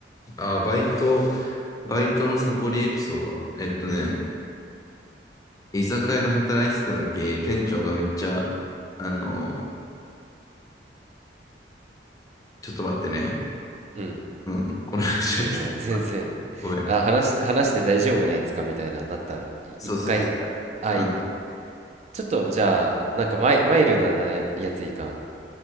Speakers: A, on the left; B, on the right.
A: あー、バイト、バイトのサボりエピソード。えっとね、居酒屋で働いてた時、店長がめっちゃ、あの、ちょっと待ってね。
B: うん
A: うん。この話はでき、
B: いいよ、全然。
A: <laughs> ごめん。
B: あ、話し、話して大丈夫なやつかみたいな、なった。い一回。
A: そうそうそう。いやうん。
B: あ、いちょっと、じゃあ、なんかマイ、マイルドなややついかん。